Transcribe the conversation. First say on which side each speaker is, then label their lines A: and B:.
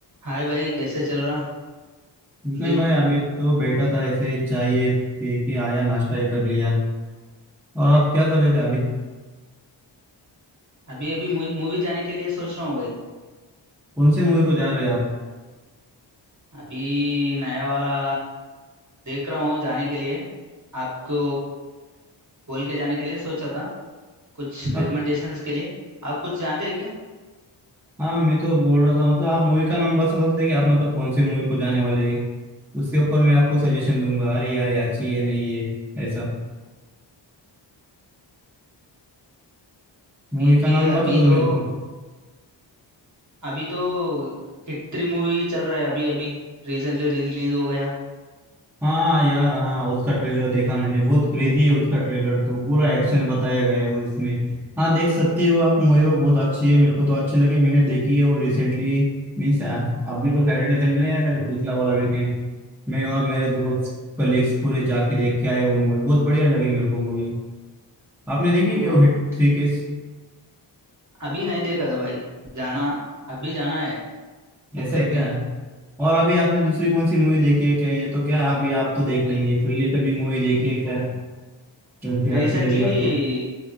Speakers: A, on the right (about 40°); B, in the centre.
A: हाय भाई कैसे चल रहा
B: कुछ नहीं
A: दिन
B: भाई अभी तो बैठा था ऐसे ही चाय ये पी के आया नाश्ता ही कर लिया और आप क्या कर रहे थे अभी
A: अभी अभी मूवी जाने के लिए सोच रहा हूँ भाई
B: कौन सी मूवी को जा रहे हैं आप
A: अभी नया वाला देख रहा हूँ जाने के लिए आपको बोल के जाने के लिए सोचा था कुछ रिकमेंडेशंस
B: आप
A: के लिए आप कुछ जानते हैं क्या
B: हाँ मैं तो बोल रहा था मतलब आप मूवी का नाम बता सकते हैं कि आप मतलब कौन सी मूवी को जाने वाले हैं उसके ऊपर मैं आपको सजेशन दूंगा अरे यार ये अच्छी है नहीं है ऐसा मूवी
A: ठीक
B: का
A: है
B: नाम बता
A: अभी
B: दो
A: तो
B: मेरे को
A: अभी तो हिट थ्री मूवी चल रहा है अभी अभी रिसेंटली रिलीज हो गया
B: हाँ यार हाँ उसका ट्रेलर देखा मैंने बहुत क्रेजी है उसका ट्रेलर तो पूरा एक्शन बताया गया है उसमें हाँ देख सकते हो आप मूवी वो बहुत अच्छी है मेरे को तो अच्छी लगी मैंने देखी है वो रिसेंटली मीन्स अभी तो सैटरडे संडे नहीं आया था पिछला वाला वीकेंड मैं और मेरे दोस्त कलीग्स पूरे जाके देख के आए वो मूवी बहुत बढ़िया लगी मेरे को मूवी आपने देखी
A: हाँ
B: है क्या
A: हाँ
B: वो हिट थ्री केस
A: अभी नहीं देखा था भाई जाना अभी जाना है बुक
B: ऐसे
A: करके
B: है क्या और अभी आपने दूसरी कौन सी मूवी देखी है क्या ये तो क्या अभी आप तो देख लेंगे पहले कभी मूवी देखी है क्या क्योंकि
A: रिसेंटली
B: अच्छी लगी आपको